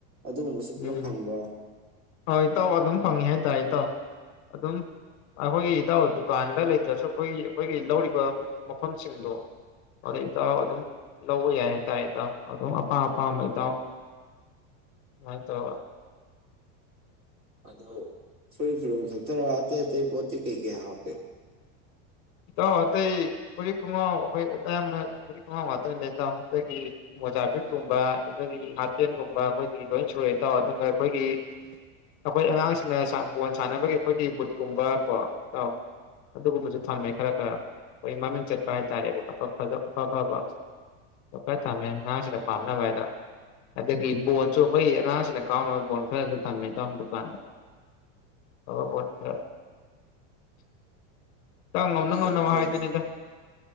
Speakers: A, on the right; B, on the left.
A: ꯑꯗꯨꯒꯨꯝꯕꯁꯨ ꯄꯨꯂꯞ
B: ꯑꯨꯝ
A: ꯐꯪꯕ꯭ꯔꯥ
B: ꯑꯥ ꯏꯇꯥꯎ ꯑꯗꯨꯝ ꯐꯪꯉꯤ ꯍꯥꯏ ꯇꯥꯏ ꯏꯇꯥꯎ ꯑꯗꯨꯝ ꯑꯩꯈꯣꯏꯒꯤ ꯏꯇꯥꯎ ꯗꯨꯀꯥꯟꯗ ꯂꯩꯇ꯭ꯔꯁꯨ ꯑꯩꯈꯣꯏꯒꯤ ꯑꯩꯈꯣꯏꯒꯤ ꯂꯧꯔꯤꯕ ꯄꯣꯠꯐꯝꯁꯤꯡꯗꯣ ꯑꯗꯨꯗ ꯏꯇꯥꯎ ꯑꯗꯨꯝ ꯂꯧꯕ ꯌꯥꯏ ꯍꯥꯏꯇꯥꯔꯦ ꯏꯇꯥꯎ ꯑꯗꯨꯝ ꯑꯄꯥꯝ ꯑꯄꯥꯝꯕ ꯏꯇꯥꯎ ꯃꯥꯏꯟ ꯇꯧꯔꯥꯒ
A: ꯑꯗꯣ ꯐꯨꯔꯤꯠ ꯐꯤꯔꯣꯜ ꯈꯛꯇꯔꯥ ꯑꯇꯩ ꯑꯇꯩ ꯄꯣꯠꯇꯤ ꯀꯩ ꯀꯩ ꯍꯥꯞꯀꯦ
B: ꯏꯇꯥꯎ ꯑꯇꯩ ꯐꯨꯔꯤꯠ ꯈꯣꯡꯒꯥꯎ ꯑꯩꯈꯣꯏ ꯑꯌꯥꯝꯕꯅ ꯐꯨꯔꯤꯠ ꯈꯣꯡꯒꯥꯎ ꯉꯥꯛꯇꯅꯤꯗꯥ ꯑꯇꯩꯗꯤ ꯃꯣꯖꯐꯨꯔꯤꯠꯀꯨꯝꯕ ꯑꯈꯣꯏꯒꯤ ꯍꯥꯄꯦꯟꯒꯨꯝꯕ ꯑꯩꯈꯣꯏꯒꯤ ꯂꯣꯏ ꯁꯨꯔꯦ ꯏꯇꯥꯎ ꯑꯗꯨꯒ ꯑꯩꯈꯣꯏꯒꯤ ꯑꯩꯈꯣꯏ ꯑꯉꯥꯡꯁꯤꯡꯅ ꯕꯣꯜ ꯁꯥꯟꯅꯕꯒꯤ ꯑꯩꯈꯣꯏꯒꯤ ꯕꯨꯠꯀꯨꯝꯕ ꯀꯣ ꯏꯇꯥꯎ ꯑꯗꯨꯒꯨꯝꯕꯁꯨ ꯊꯝꯃꯦ ꯈꯔꯥ ꯈꯔꯥ ꯑꯩꯈꯣꯏ ꯃꯃꯤꯡ ꯆꯠꯄ ꯍꯥꯏꯇꯥꯔꯦ ꯑꯖ ꯑꯐ ꯑꯐꯕ ꯈꯔ ꯊꯝꯃꯦ ꯑꯉꯥꯡꯁꯤꯡꯅ ꯄꯥꯝꯅꯕ ꯍꯥꯏꯗꯅ ꯑꯗꯒꯤ ꯕꯣꯜꯁꯨ ꯑꯩꯈꯣꯏ ꯑꯉꯥꯡꯁꯤꯡꯅ ꯀꯥꯎꯅꯕ ꯕꯣꯜ ꯈꯔꯥꯁꯨ ꯊꯝꯃꯦ ꯏꯇꯥꯎ ꯗꯨꯀꯥꯟꯗ ꯑꯐꯕ ꯕꯣꯜ ꯈꯔ ꯏꯇꯥꯎ
A: ꯑꯗꯨꯗꯤ
B: ꯉꯝꯅ ꯉꯝꯅꯕ
A: ꯌꯥꯝ ꯐꯩꯅꯦ
B: ꯍꯥꯏꯗꯨꯅꯤꯗ